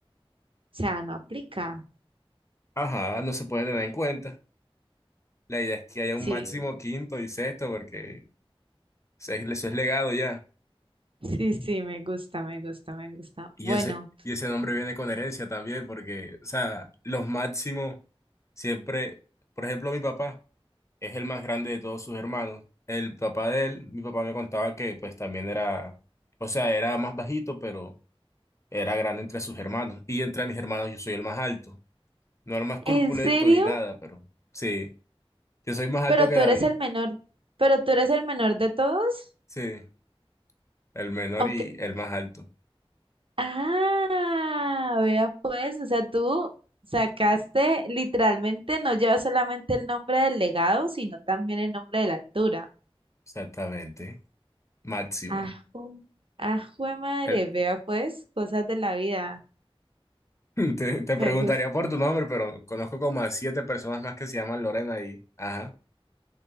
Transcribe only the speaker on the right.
O sea, no aplica.
Sí,
no.
sí, sí, me gusta, me gusta, me gusta.
Bueno,
¿en
serio?
Pero
tú
eres el menor, pero tú eres el menor de todos.
Ok,
Ah, vea pues, o sea, tú sacaste literalmente, no lleva solamente el nombre del legado, sino también el nombre de la altura.
Ah, ju- ah, jue madre,
vea pues, cosas de la vida.
Me gusta.